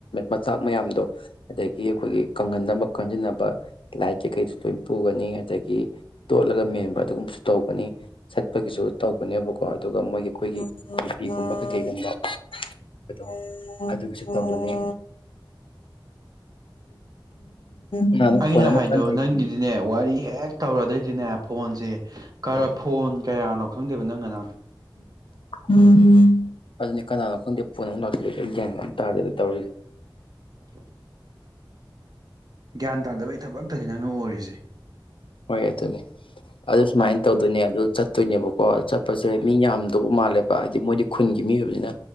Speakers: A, on the left; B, on the right.
A: ꯃꯆꯥꯛ ꯃꯌꯥꯝꯗꯣ ꯑꯗꯒꯤ ꯑꯩꯈꯣꯏꯒꯤ ꯀꯪꯍꯟꯅꯕ ꯀꯟꯖꯤꯟꯅꯕ ꯂꯥꯏꯠ ꯀꯩꯀꯩꯁꯨ ꯂꯣꯏ ꯄꯨꯒꯅꯤ ꯑꯗꯒꯤ ꯇꯣꯠꯂꯒ ꯃꯦꯟꯕ ꯑꯗꯨꯒꯨꯝꯕꯁꯨ ꯇꯧꯒꯅꯤ ꯆꯠꯄꯒꯤꯁꯨ ꯇꯧꯒꯅꯦꯕꯀꯣ ꯑꯗꯨꯒ ꯃꯣꯏꯒꯤ ꯑꯩꯈꯣꯏꯒꯤ ꯅꯨꯄꯤꯒꯨꯝꯕ ꯀꯩꯀꯩꯒꯨꯝꯕ ꯑꯗꯣ ꯑꯗꯨꯒꯤꯁꯨ ꯇꯧꯒꯅꯤ ꯀꯅꯥꯅꯣ
B: ꯑꯩꯅ
A: ꯐꯣꯟ ꯑꯃꯨꯛ
B: ꯍꯥꯏꯗꯣ
A: ꯀꯟꯅ ꯇꯧꯔꯤ
B: ꯅꯪꯒꯤꯗꯤꯅꯦ ꯋꯥꯔꯤ ꯍꯦꯛ ꯇꯧꯔꯗꯣꯏꯗꯤꯅꯦ ꯐꯣꯟꯁꯦ ꯀꯔ ꯐꯣꯟ ꯀꯌꯥꯅꯣ ꯈꯪꯗꯕ ꯅꯪꯅ ꯅ
A: ꯎꯝ ꯑꯗꯨꯅꯤ ꯀꯅꯥꯅꯣ ꯈꯗ ꯄ ꯄꯨꯟꯅ ꯑꯃꯨꯛ ꯂꯥꯛꯁꯤꯂꯛꯁꯦ ꯒꯌꯥ ꯑꯃ ꯇꯥꯔꯦꯗ ꯇꯧꯔꯤꯁꯁꯤ
B: <inaudible> <unintelligible> ꯒ꯭ꯌꯥꯟ ꯇꯥꯗꯕꯩ ꯊꯕꯛꯇꯅꯤ ꯅꯪꯅ ꯑꯣꯏꯔꯤꯁꯦ
A: ꯍꯣꯏ ꯑꯗꯨꯅꯦ ꯑꯗꯨ ꯁꯨꯃꯥꯏꯅ ꯇꯧꯗꯣꯏꯅꯦ ꯑꯗꯨ ꯆꯠꯇꯣꯏꯅꯦꯕꯀꯣ ꯆꯠꯄꯁꯦ ꯃꯤ ꯌꯥꯝꯗꯧꯕ ꯃꯥꯜꯂꯦꯕ ꯍꯥꯏꯗꯤ ꯃꯣꯏꯗꯤ ꯈꯨꯟꯒꯤ ꯃꯤ ꯑꯣꯏꯕꯅꯤꯅ